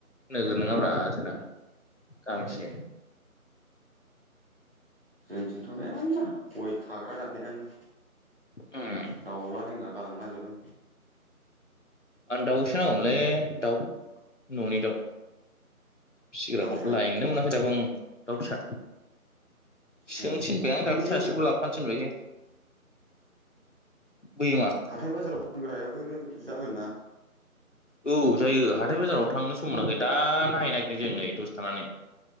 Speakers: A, on the left (about 55°); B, on the right (about 40°).
A: नोगोर नङाब्रा जोंना, गांसे
B: उम जोंथिंथ' मेरला गय खाग्रा दान्दायानो
A: उम
B: दावला जोंना, गालांला जोबो
A: आं दाउसो नांगौमोनलै दाउ न'नि दाउ फिसिग्राखौ
B: दाउ फिसा
A: लायनोनो मोनाखै दाबो दाउ फिसा सोंनो
B: उम
A: थिनबाय आं
B: बैयो
A: दाखोलै सासेखौ लाफानोफिनबायस बोयोमा
B: हाथाय बाजाराव फानग्रायाबो जागोन ना
A: औ जायो ह हााथाय बाजाराव थांनो सम मोनाखै दा नायहैनो नागिरदों जों नै दसे थानानै